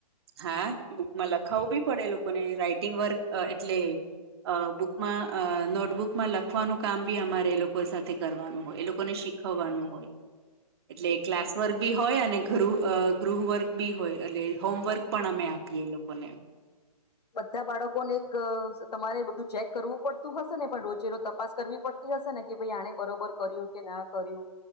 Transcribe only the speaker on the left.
બધા બાળકોને એક અ તમારે બધું ચેક કરવું પડતું હશે ને? પણ રોજે રોજ તપાસ કરવી પડ હશે ને કે ભાઈ આને બરોબર કર્યું કે ના કર્યું